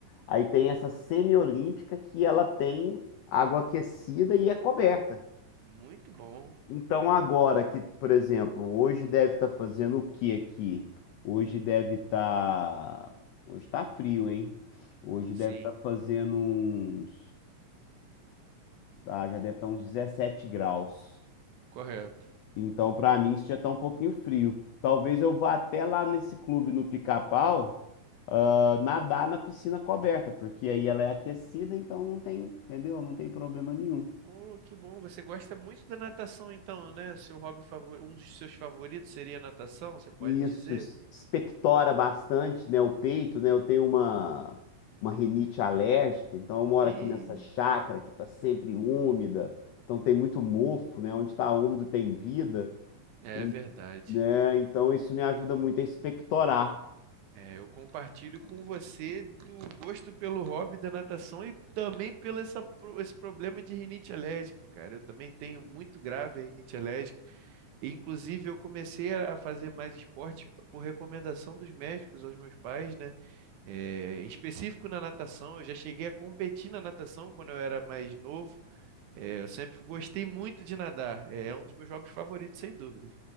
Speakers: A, on the left (about 85°); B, on the right (about 75°).
A: Aí tem essa semi-olímpica que ela tem água aquecida e é coberta.
B: muito bom.
A: Então, agora que, por exemplo, hoje deve estar fazendo o que aqui? Hoje deve estar. Hoje está frio, hein? Hoje
B: Sim,
A: deve estar fazendo uns. Ah, já deve estar uns 17 graus.
B: correto.
A: Então, para mim, isso já está um pouquinho frio. Talvez eu vá até lá nesse clube no Pica-Pau, ah, nadar na piscina coberta, porque aí ela é aquecida, então não tem, entendeu? Não tem problema nenhum.
B: Oh, que bom. Você gosta muito da natação, então, né? O seu hobby favor... um dos seus favoritos seria a natação, você pode
A: Isso
B: dizer?
A: es- expectora bastante, né, o peito, né? Eu tenho uma, uma rinite alérgica, então eu moro
B: E
A: aqui nessa chácara que está sempre úmida, então tem muito mofo, né? Onde está úmido tem vida,
B: é
A: e-
B: verdade.
A: né? Então isso me ajuda muito a expectorar.
B: É, eu compartilho com você do gosto pelo hobby da natação e também pelo essa, pro- esse problema de rinite alérgica, cara. Eu também tenho muito grave a rinite alérgica. E, inclusive, eu comecei a fazer mais esporte por recomendação dos médicos aos meus pais, né? É, em específico na natação, eu já cheguei a competir na natação quando eu era mais novo. É, eu sempre gostei muito de nadar, é é um dos meus hobbies favoritos, sem dúvidas.